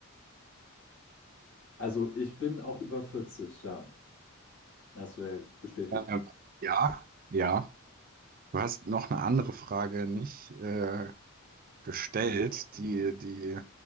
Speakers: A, on the left; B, on the right.
A: Also ich bin auch über 40, ja. Das wäre bestätigt.
B: Ähm, Ja, ja. Du hast noch eine andere Frage nicht äh, gestellt, die, die